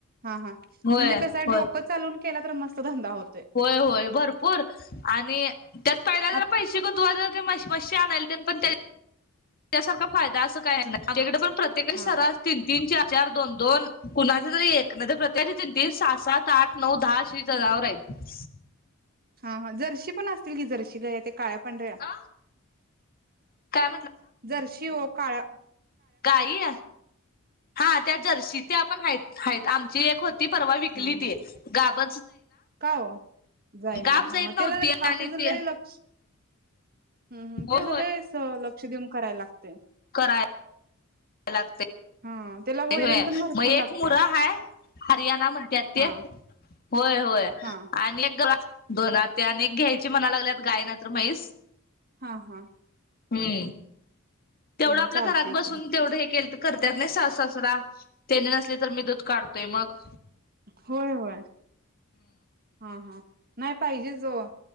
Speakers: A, on the right; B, on the left.
A: हा हा
B: होय
A: म्हणजे कस
B: होय
A: डोक चालून ला तर मत धंदा होत
B: होय होय भरपूर आणि त्यात पहिल्या जरा
A: आत
B: पैसे गुतवायचं मशी आणाय पण त्यासारखा फायदा असं काय आहे तिकडे पण प्रत्ये
A: हा
B: सरा तन तीन चार चार दोन दोन कुणाचे तरी एक नाही प्रत्यची जिंती सात सात आठ नऊ दहा अशी जनावर आहेत
A: हा हा जर्शी पण असतील कि जर्शी ग ते काळ्या पांढऱ्या
B: अ काय
A: जर शिव काळ
B: काई हा त्या जर्शी ते आपण आहेत आमची एक होती परवा विकली
A: हा हा
B: ती गाब
A: का हो जाईना
B: गाब
A: हा
B: जाईत नव्हती
A: त्याला खातच
B: आणि ते
A: ल लक्ष. तेज
B: होय
A: ते लय अस लक्ष देऊन करायला लागत.
B: कराय लागते.
A: हा त्याला
B: ते
A: वैरण
B: होय
A: पण भरपूर
B: मगं
A: लागत्या
B: एक मुरा हा हरियाणा म्हणतात
A: हा
B: ते होय होय
A: हा
B: आणि एक गं दोन आत्या आणि एक घ्यायचे म्हणा लागल्यात गाय नाही तर म्हैस
A: हा हा.
B: हम्म. तेवढं
A: हम्म
B: आपल्या
A: चालतय
B: घरात बसून
A: की
B: तेवढं हे केल करतात नाही सासु सासरा तेने नसले तर मी दूध काढतोय मगं,
A: होय होय हा हा. नाही पाहिजेच हो.